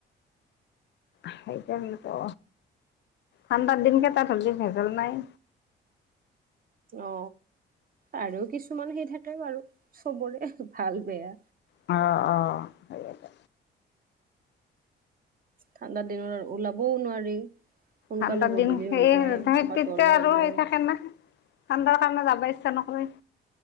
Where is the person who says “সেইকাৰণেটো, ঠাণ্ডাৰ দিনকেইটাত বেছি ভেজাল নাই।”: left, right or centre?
Left